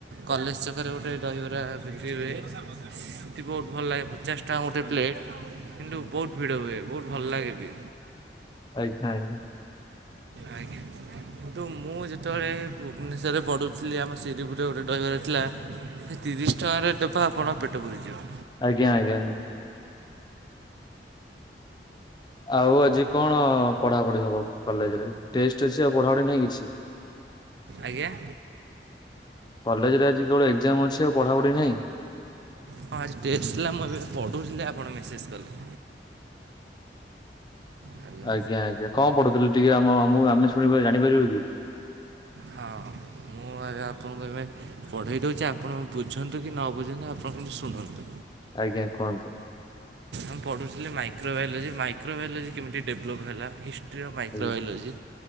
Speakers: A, on the right; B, on the left.
A: କଲେଜ ଛକରେ ଗୋଟେ ଦହିବରା ବିକ୍ରି ହୁଏ। ସେଠି ବହୁତ ଭଲ ଲାଗେ ପଚାଶ ଟଙ୍କା ଗୋଟେ ପ୍ଲେଟ କିନ୍ତୁ ବହୁତ ଭିଡ ହୁଏ ବହୁତ ଭଲ ଲାଗେବି।
B: ଆଜ୍ଞା ଆଜ୍ଞା। <inaudible>
A: ଆଜ୍ଞା। କିନ୍ତୁ ମୁଁ ଯେତେବେଳେ ଭୁବନେଶ୍ବରରେ ପଢୁଥିଲି ଆମ ଶିରିପୁରରେ ଗୋଟେ ଦହିବାର ଥିଲା। ଏ ତିରିଶ ଟଙ୍କାରେ ଦେବ ଆପଣଙ୍କ ପେଟ ପୁରିଯିବ।
B: ଆଜ୍ଞା ଆଜ୍ଞା। ଆଉ ଆଜି କଣ ପଢାପଢି ହବ କଲେଜରେ ଟେଷ୍ଟ ଅଛି ଆଉ ପଢାପଢି ନାହିଁ କିଛି। <inaudible>
A: ଆଜ୍ଞା।
B: କଲେଜରେ ଆଜି କେବଳ ଏକ୍ଜାମ ଅଛି ଆଉ ପଢ଼ାପଢି ନାହିଁ।
A: ହଁ ଆଜି ଟେଷ୍ଟ ଥିଲା ମୁଁ ଏବେ ପଢୁଥିଲି ଆପଣ ମେସେଜ କଲେ। ହ୍ୟାଲୋ
B: ଆଜ୍ଞା ଆଜ୍ଞା କଣ ପଢୁଥିଲେ ଟିକେ ଆମ ମୁଁ ଆମେ ଶୁଣିପା ଜାଣିପାରିବୁ କି?
A: ହଁ ମୁଁ ଏବେ ଆପଣଙ୍କୁ ଏବେ ପଢେଇ ଦଉଛି ଆପଣ ବୁଝନ୍ତୁ କି ନ ବୁଝନ୍ତୁ ଆ ଆପଣ ଶୁଣନ୍ତୁ ଆଜ୍ଞା
B: ଆଜ୍ଞା କୁହନ୍ତୁ
A: ମୁଁ ପଢୁଥିଲି ମାଇକ୍ରୋବାଇଲୋଜି ମାଇ ମାଇକ୍ରୋବାୟୋଲୋଜି କେମିତି ଡେଭଲପ୍ ହେଲା ହିଷ୍ଟ୍ରି ଅଫ୍ ମାଇକ୍ରୋବାୟୋଲୋଜି
B: ଆଜ୍ଞା